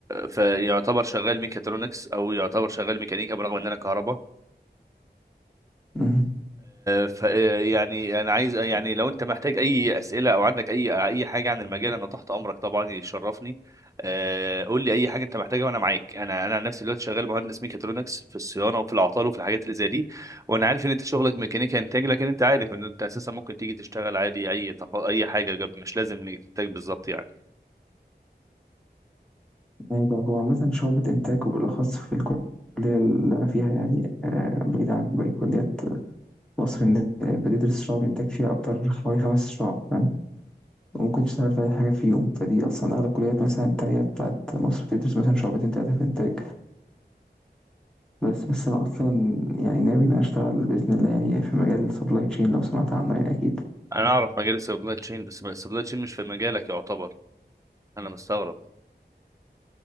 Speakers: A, on the right; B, in the centre.
A: فيعتبر شغال ميكاترونكس او يعتبر شغال ميكانيكا برغم ان انا كهرباء
B: مهم.
A: فيعني انا عايز يعني لو انت محتاج اي اسئله او عندك اي اي حاجه عن المجال انا تحت امرك طبعا يشرفني آه، قول لي اي حاجه انت محتاجها وانا معاك انا انا عن نفسي دلوقتي شغال مهندس ميكاترونكس في الصيانه وفي العطال وفي الحاجات اللي زي دي وانا عارف ان انت شغلك ميكانيكا انتاج لكن انت عارف ان انت اساسا ممكن تيجي تشتغل عادي اي تخ... اي حاجه جنب- مش لازم انتاج بالظبط يعني
B: ايوه هو عامة شعبة انتاج وبالاخص في الكلية اللي انا فيها يعني آه، بعيدة عن باقي الكليات مصر إن بتدرس شعب إنتاج فيها أكتر حوالي خمس شعب فاهم وممكن تشتغل في أي حاجة فيهم فدي أصلا أغلب الكليات مثلا التانية بتاعت مصر بتدرس مثلا شعبتين تلاتة في إنتاج بس بس أنا أصلا يعني ناوي إن أنا أشتغل بإذن الله يعني في مجال سبلاي تشين لو سمعت عنه يعني أكيد
A: انا اعرف مجال السبلاي تشين بس السبلاي تشين مش في مجالك يعتبر انا مستغرب